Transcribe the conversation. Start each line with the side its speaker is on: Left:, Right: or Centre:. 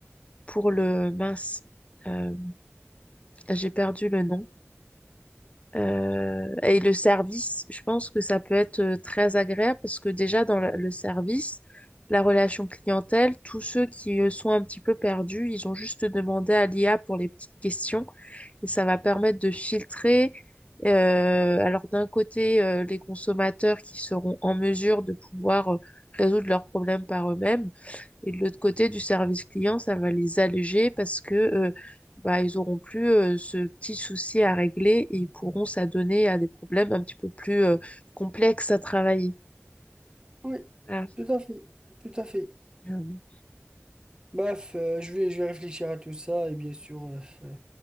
Left: pour le mince, euh, j'ai perdu le nom. Euh, et le service, je pense que ça peut être euh, très agréable parce que déjà dans le le service, la relation clientèle, tous ceux qui euh, sont un petit peu perdus, ils ont juste demandé à l'IA pour les petites questions et ça va permettre de filtrer. euh, alors d'un côté, euh, les consommateurs qui seront en mesure de pouvoir euh, résoudre leurs problèmes par eux-mêmes et de l'autre côté du service client, ça va les alléger parce que euh, bah, ils auront plus euh, ce petit souci à régler et ils pourront s'adonner à des problèmes un petit peu plus euh, complexes à travailler.
Right: Oui,
Left: Voilà.
Right: tout à fait. Tout à fait.
Left: Mm.
Right: Baf, euh, je vais, je vais réfléchir à tout ça et bien sûr, euh, euh,